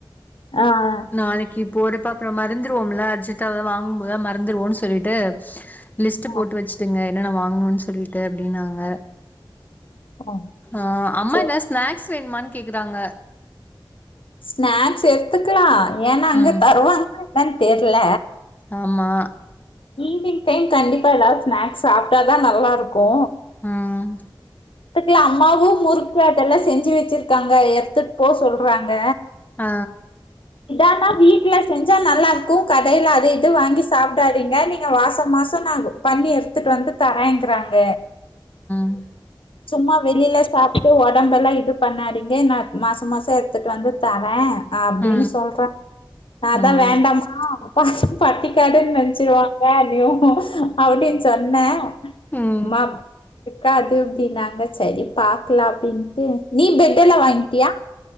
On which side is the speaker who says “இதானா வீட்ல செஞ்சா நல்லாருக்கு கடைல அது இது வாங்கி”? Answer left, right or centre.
Left